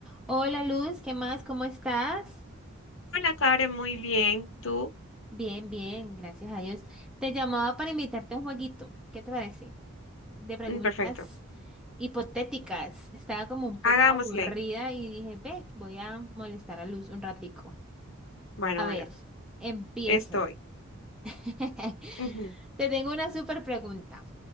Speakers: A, in the centre; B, on the left (about 60°).
A: Hola Luz, ¿qué más? ¿Cómo estás?
B: Hola, Karen, muy bien. ¿Tú?
A: Bien, bien, gracias a Dios. Te llamaba para invitarte a un jueguito. ¿Qué te parece? De preguntas
B: Mm, Perfecto.
A: hipotéticas. Estaba como un poco
B: Hagámosle.
A: aburrida y dije, ve, voy a molestar a Luz un ratico.
B: Bueno,
A: A
B: bueno,
A: ver, empiezo.
B: estoy.
A: <laughs>
B: Ujú,
A: Te tengo una súper pregunta.